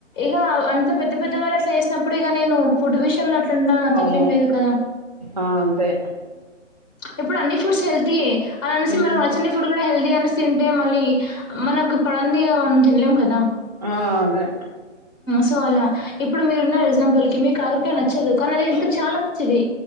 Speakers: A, on the left; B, on the right.
A: ఇ అంత పెద్ద పెద్దవాళ్ళు అట్లా చేసినప్పుడు ఇగ నేను ఫుడ్ విషయంలో అట్ల ఉండటం నా
B: అవును
A: తప్పు తప్పేం లేదు కదా
B: ఆ అంతే
A: ఇప్పుడు అన్ని ఫుడ్స్ హెల్తీ ఏ అలా అనేసి
B: ఉమ్
A: నచ్చన్ది ఫుడు కూడా హెల్దీ అనేసి తింటే మళ్ళీ మనకు పడందిగా మనం తినలేం కదా
B: ఆ అదే
A: సో అలా ఇప్పుడు మీరు ఉన్నారు ఎగ్జాంపుల్ కి మీకు కాకరకాయ నచ్చదు అ చాలా మంచిది